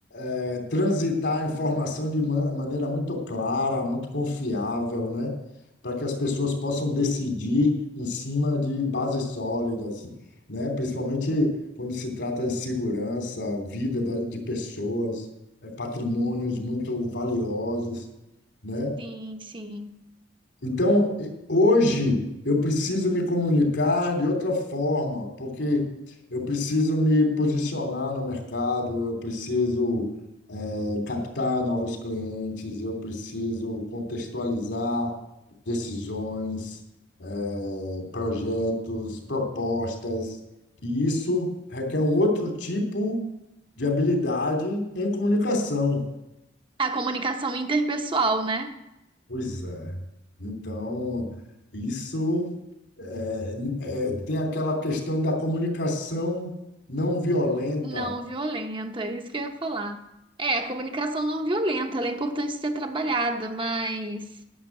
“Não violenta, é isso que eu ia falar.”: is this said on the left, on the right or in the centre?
Right